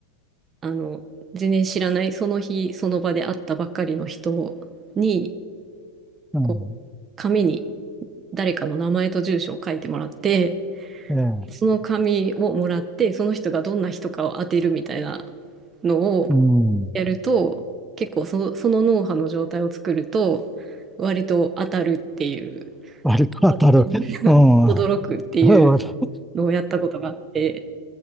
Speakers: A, on the right; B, in the centre.
A: あの、全然知らない、その日、その場で会ったばっかりの人に、
B: うん、
A: こう、紙に誰かの名前と住所を書いてもらって、
B: ええ
A: その紙をもらって、その人がどんな人かを当てるみたいなのを
B: うん、
A: やると、結構その、その脳波の状態を作ると、割と当たるっていう、
B: 割と当たる。
A: で当たってみんな
B: うん、
A: <laughs> 驚くっていう
B: えー、
A: のをやったことがあって、